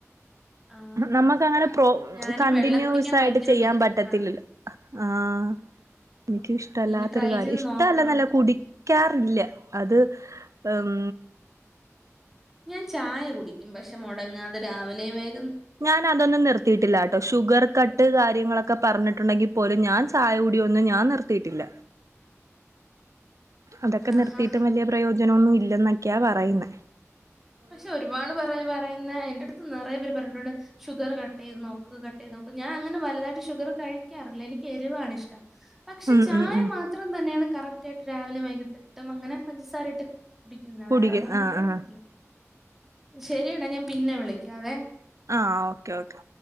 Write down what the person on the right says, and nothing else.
നമുക്ക് അങ്ങനെ പ്രോ
കണ്ടിന്യൂസ്
ആയിട്ട്
ചെയ്യാൻ
പറ്റത്തില്ലല്ലോ. ആഹ് എനിക്കുഷ്ടല്ലാത്തൊരു
കാര്യ
ഇഷ്ട
നല്ല നല്ല കുടിക്കാറില്ല. അത് ഉം
ഞാൻ അതൊന്നും നിർത്തിയിട്ടില്ലട്ടോ ഷുഗർ കട്ട് കാര്യങ്ങളക്കെ പറഞ്ഞിട്ടുണ്ടെങ്കി പോലും ഞാൻ ചായകൂടി ഒ ന്നും ഞാൻ നിർത്തിട്ടില്ല. അതൊക്കെ
നിർത്തിട്ടും വല്യ പ്രയോ ജനൊന്നും ഇല്ലെന്നൊക്കെയാ പറയുന്നേ.
ഉം
ഉം ഉം
കുടിക
ആഹ്
ആഹ്
ആഹ് ഓക്കെ ഓക്കെ.